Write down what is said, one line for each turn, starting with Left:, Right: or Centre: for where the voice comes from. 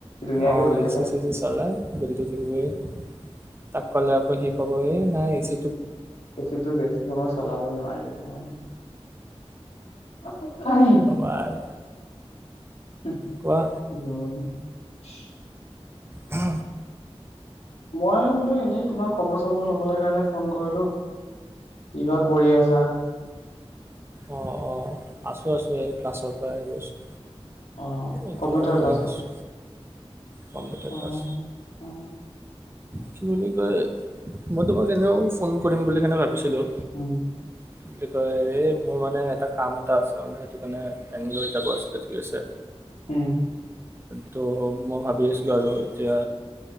Left: ধুনীয়াকে
Right: অ
Left: শুই থাকে
Right: এ চি চেচি চলাই জল্ডিত হি শুৱে তাক ক'লে সি ক'ব এ নাই এ চি
Left: এ চিটো বেছি সময় চলাব নোৱাৰি হ <unintelligible>
Right: ক'বা আৰু
Left: শুহ
Right: কোৱা
Left: জন <unintelligible>
Right: হ
Left: মই বোলো এনেই তোমাৰ খবৰ চবৰ লবলৈ কাৰণে ফোন কৰিলো কিবা কৰি আছা।
Right: অঁ অঁ আছোঁ আছোঁ এই ক্লাছৰ পৰা আহি আছোঁ
Left: অ
Right: এতিয়া
Left: কম্পিউটাৰ
Right: এনেই
Left: ক্লাছত
Right: আছো কম্পিউটাৰ
Left: অ
Right: ক্লাছ
Left: অ
Right: কি বুলি কয় মই তোমাক এনেও ফোন কৰিম বুলি ভাবিছিলোঁ
Left: উম
Right: কি বুলি কয় এইম মোৰ মানে এটা কাম এটা আছে মানে সেইটো কাৰণে বেংগলৰ যাব আছিলে ঠিক আছে।
Left: উম
Right: ত' মই ভাবি আছিলোঁ আৰু এতিয়া